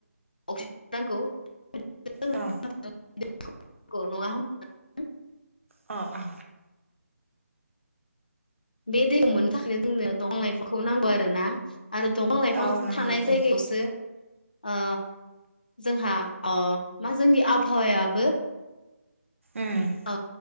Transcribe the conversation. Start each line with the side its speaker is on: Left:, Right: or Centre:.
Left: <unintelligible> नांगौ <unintelligible>
Right: अ अ अ
Left: बे दैखौ मोननो थाखायनो जोंनो दंफां लाइफांफोरखौ नांगौ आरोना। आरो दंफां-लाइफां
Right: औ नांगौ
Left: थानाय
Right: जायो
Left: जायगायावसो ओ जोंहा मा जोंनि आबहावायाबो
Right: उम
Left: ओ